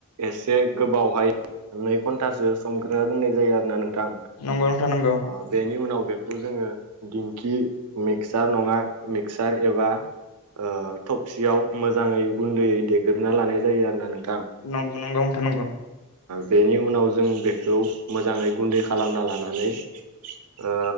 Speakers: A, on the right; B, on the left.
A: एसे गोबावहाय नै घन्टासो संग्रोना दोननाय जायो आरो ना नोंथां
B: नंगौ नोंथां नंगौ
A: अ बेनि उनाव बे खौ जोङो दिंखि मिक्सार नङा मिक्सार एबा ओ थबसियाव मोजाङै गुन्दैयै देगोरना लानाय जायो आर ना नों
B: नंगौ नंगौ नोंथा नंगौ।
A: बेनि उनाव जों बेखौ मोजाङै गुन्दै खालामना लानानै ओ